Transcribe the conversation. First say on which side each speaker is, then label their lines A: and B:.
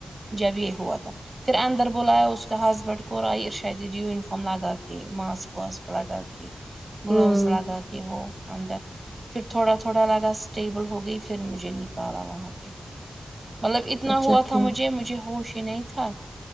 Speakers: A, on the right; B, on the right.
A: جب یہ ہوا تھا پھر اندر بولایا اس کا ہسبینڈ کوور آئی ار شاید یونفارم لگا کے ماسک واسک لگا کے گلوز
B: ہوں
A: لگا کے وہ اندر پھر تھوڑا تھوڑا لگا اسٹیبل ہو گئی پھر مجھے نکالا وہاں پہ مطلب اتنا
B: اچھا
A: ہوا تھا
B: ٹھیک
A: مجھے مجھے ہوش ہی نہیں تھا